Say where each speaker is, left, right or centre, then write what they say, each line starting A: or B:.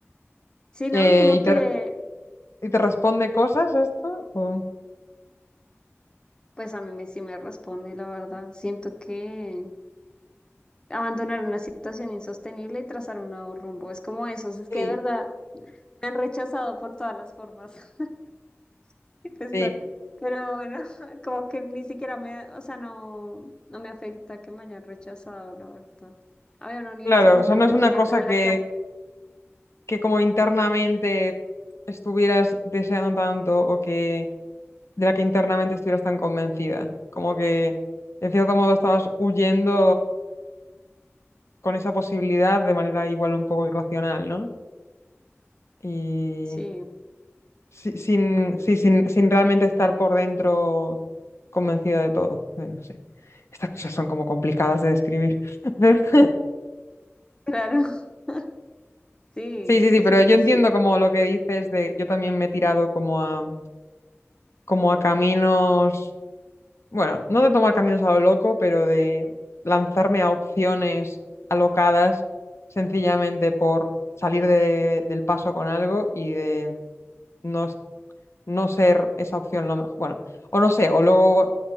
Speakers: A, on the left; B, on the left.
A: Sí, ¿no?
B: Eh,
A: Como
B: y te,
A: que,
B: y te responde cosas esto? o-
A: pues a mí me- sí me responde, la verdad. Siento que... abandonar una situación insostenible y trazar un nuevo rumbo. Es como eso, es que
B: Sí,
A: de verdad me han rechazado por todas las formas. <laughs> y pesar.
B: sí,
A: Pero bueno, <laughs> como que ni siquiera me, o sea, no, no me afecta que me hayan rechazado, la verdad. Había una universidad
B: claro,
A: alemana
B: o sea, no
A: a la
B: es una
A: que me,
B: cosa
A: ap- a
B: que
A: la que, ap-
B: que como internamente estuvieras deseando tanto o que de la que internamente estuvieras tan convencida, como que en cierto modo estabas huyendo con esa posibilidad de manera igual un poco irracional, ¿no? Y
A: sí,
B: si- sin, sí, sin, sin realmente estar por dentro convencida de todo. Eh, No sé. Estas cosas son como complicadas de describir. <laughs>
A: claro, <laughs> sí,
B: Sí, sí, sí,
A: sí,
B: pero
A: pues
B: yo entiendo
A: sí,
B: como lo que dices de yo también me he tirado como a como a caminos bueno, no de tomar caminos a lo loco, pero de lanzarme a opciones alocadas sencillamente por salir de- del paso con algo y de no, es- no ser esa opción lo mejor, bueno, o no sé, o luego